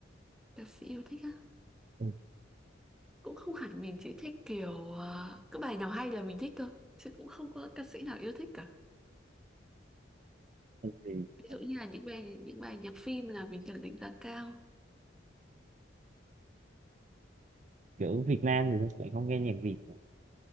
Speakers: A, in the centre; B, on the right.
A: Ca sĩ yêu thích á.
B: ừ.
A: Cũng không hẳn mình chỉ thích kiểu à, cứ bài nào hay là mình thích thôi, chứ cũng không có ca sĩ nào yêu thích cả.
B: Tại vì
A: Ví
B: mình
A: dụ như là những bài những bài nhạc phim là mình cần đánh giá cao.
B: kiểu Việt Nam thì mình không nghe nhạc Việt rồi.